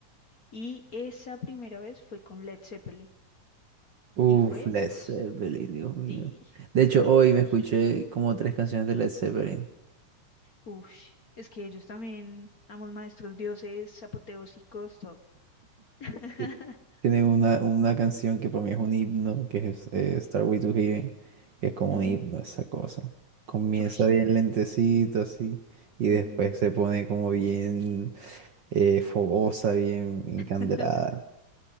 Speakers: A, on the left; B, on the right.
A: Y esa primera vez fue con Led Zeppelin.
B: Uf,
A: Y fue,
B: Led
A: uff,
B: Zeppelin, Dios mío.
A: sí.
B: De hecho, hoy
A: <laughs>
B: me escuché como tres canciones de Led Zeppelin.
A: Uff, es que ellos también, amos maestros, dioses, apoteósicos, todo. <laughs>
B: Eh, Tiene una, una canción que para mí es un himno, que es eh, Starway to Heaven, que es como
A: Ujú.
B: un himno esa cosa. Comienza
A: Ush,
B: bien lentecito así, y después
A: ujú.
B: se pone como bien eh, fogosa, bien encandelada.
A: <laughs>